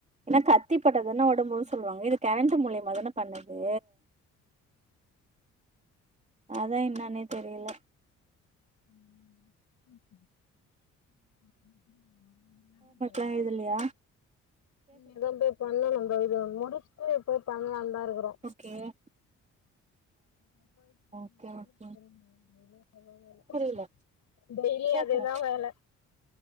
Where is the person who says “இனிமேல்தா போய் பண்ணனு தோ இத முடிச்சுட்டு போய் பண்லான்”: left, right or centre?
Left